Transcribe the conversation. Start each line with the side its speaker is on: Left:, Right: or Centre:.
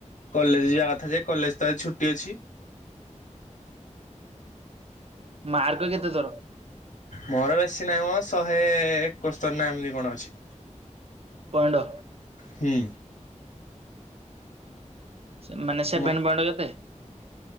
Left: କଲେଜ୍ ଯିବା କଥା ଯେ କଲେଜ୍ ତ ଛୁଟି ଅଛି।
Right: ମାର୍କ କେତେ ତୋର?
Left: ମୋର ବେଶୀ ନାହିଁ ମୋ ଶହେ ଏକସ୍ତରୀ ନା ଏମିତି କଣ ଅଛି।
Right: ପଣ୍ଡ
Left: ହୁଁ।
Right: ସେ ମାନେ ସେଭେନ୍
Left: ମ
Right: ପଏଣ୍ଟ କେତେ?